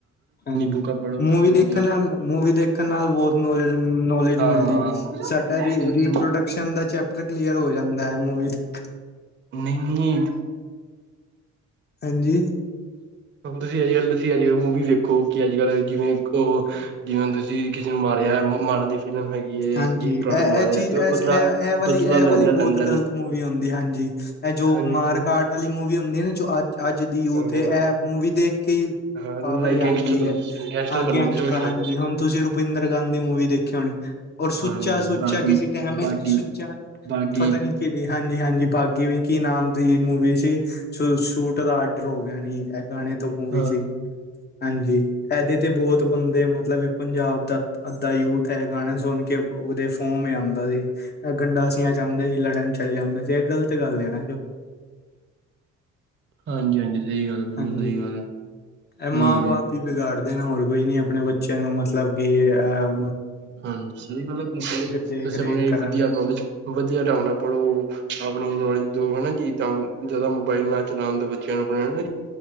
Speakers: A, on the left; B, on the right.
A: ਹਾਂਜੀ
B: ਬੁੱਕਾਂ ਪੜ੍ਹੋਗੇ
A: ਮੂਵੀ
B: ਉਨੀ
A: ਦੇਖਣ
B: ਵਧੀਆ
A: ਨਾਲ ਮੂਵੀ ਦੇਖਣ ਨਾਲ ਬਹੁਤ ਨੌਲਜ। ਨੌਲੇਜ
B: ਹਾਂ
A: ਮਿਲਦੀ ਸਾਨੂੰ। ਸਾਡਾ ਰੀਪ੍ਰੋਡਕਸ਼ਨ ਦਾ ਚੈਪਟਰ ਕਲੀਅਰ ਹੋ ਜਾਂਦਾ ਹੈ ਮੂਵੀ ਵੇਖ
B: ਨਹੀਂ- ਨਹੀਂ।
A: ਹੈਂਜੀ।
B: ਹੁਣ ਤੁਸੀਂ ਅੱਜ ਕੱਲ ਮੂਵੀ ਅੱਜ ਕੱਲ ਮੂਵੀ। ਵੇਖੋ ਕਿ, ਅੱਜ-ਕੱਲ੍ਹ ਜਿਵੇਂ, ਉਹ ਜਿਵੇਂ ਤੁਸੀਂ ਕਿਸੇ ਨੂੰ ਮਾਰਿਆ ਮਾਰਨ ਦੀ ਫਿਲਮ ਹੈਗੀ ਹੈ
A: ਹਾਂਜੀ।
B: ਇਹ ਭਰਾ
A: ਐ,
B: ਨੂੰ ਮਾਰਿਆ
A: ਐ, ਚੀਜ਼
B: ਫਿਰ ਉਹ ਬਦਲਾ
A: ਐ, ਐ ਵਾਲੀ
B: ਬਦਲਾ
A: ਐ, ਵਾਲੀ
B: ਲੈਂਦਾ ਲੈਂਦਾ
A: ਬਹੁਤ
B: ਲੈਂਦਾ
A: ਗ਼ਲਤ ਮੂਵੀ ਹੁੰਦੀ ਹਾਂਜੀ। ਹਾਂਜੀ। ਇਹ ਜੋ
B: ਹਾਂਜੀ
A: ਮਾਰਕਾਟ
B: ਕਿਸੇ
A: ਵਾਲੀ ਮੂਵੀ ਹੁੰਦੀ ਨਾ, ਜੋ ਅੱ ਅੱਜ ਦੀ
B: ਹਾਂ
A: ਯੂਥ ਇਹ ਮੂਵੀ ਦੇਖਕੇ, ਈ
B: ਹਾਂ
A: ਪਾਵਰ
B: ਲਾਈਕ
A: ਹੀ
B: ਗੈਂਗਸਟਰ
A: ਆਂਦੀ
B: ਬਣ
A: ਹੈ। ਹਾਂ,
B: ਬਣਨ
A: ਗੈਂਗਸਟਰ
B: ਦੀ ਕੋਸ਼ਿਸ਼ ਕਰਦੇ
A: ਹਾਂਜੀ ਹੁਣ ਤੁਸੀਂ ਰੁਪਿੰਦਰ ਗਾਂਧੀ ਮੂਵੀ ਦੇਖੀ ਹੋਣੀ। ਔਰ ਸੁੱਚਾ-
B: ਹਾਂਜੀ
A: ਸੁੱਚਾ
B: ਬਾਗੀ
A: ਕਿਸੇ ਟਾਈਮ ਏ,
B: ਬਾਗੀ
A: ਇਹ ਸੁੱਚਾ
B: ਬਾਗੀ
A: ਪਤਾ ਨਹੀਂ ਕਿਹੜੇ ਹਾਂਜੀ- ਹਾਂਜੀ। ਬਾਗੀ ਵੀਂਕੀ ਨਾਮ ਦੀ ਮੂਵੀ ਸੀ ਸੂਟ ਸ਼ੂਟ ਦਾ ਆਡਰ ਹੋ ਗਿਆ ਨੀ, ਐ ਗਾਣੇ ਤੋਂ ਮੂਵੀ
B: ਹਾਂ
A: ਸੀ। ਹਾਂਜੀ, ਇਹਦੇ ਤੇ ਬਹੁਤ ਬੰਦੇ ਮਤਲਬ ਵੀ 'ਪੰਜਾਬ'ਦਾ ਅੱਧਾ ਯੂਥ ਹੈ ਇਹ ਗਾਣਾ ਸੁਣ ਕੇ ਉਹਦੇ ਫੋਮ ਆਉਂਦਾ ਸੀ। ਗੰਡਾਸੀਆਂ ਚਾਹੰਦੇ ਸੀ, ਲੜਨ ਚਲੇ ਜਾਂਦੇ ਸੀ, ਇਹ ਗ਼ਲਤ ਗੱਲ ਐਨਾ ਕਿਓ
B: ਹਾਂਜੀ -ਹਾਂਜੀ। ਸਹੀ ਗੱਲ ਬਿਲਕੁਲ
A: ਹਾਂਜੀ।
B: ਸਹੀ ਗੱਲ ਹੈ
A: ਇਹ ਮਾਂ-ਬਾਪ
B: ਹਮ
A: ਹੀ ਬਿਗਾੜ ਨਾ ਹੋਰ ਕੋਈ ਨੀ, ਆਪਣੇ ਬੱਚਿਆਂ ਨੂੰ ਮਤਲਬ ਕਿ ਅਹ
B: ਹਾਂਜੀ ਸਹੀ ਗੱਲ ਹੈ। ਬ
A: ਦੇਖ
B: ਤੁਸੀਂ
A: ਰੇਖ
B: ਆਪਣੀ
A: ਕਰਨ
B: ਵਧੀਆ ਨੌਲੇਜ, ਵਧੀਆ ਢੰਗ ਨਾਲ ਪੜ੍ਹੋ। ਆਪਣੀ ਨੌਲੇਜ ਦੋ ਹਨਾ ਜੀ ਤਾਂ, ਜਿਆਦਾ ਮੋਬਾਇਲ ਨਾ ਚਲਾਣ ਦੋ ਬੱਚਿਆਂ ਨੂੰ, ਹਨਾ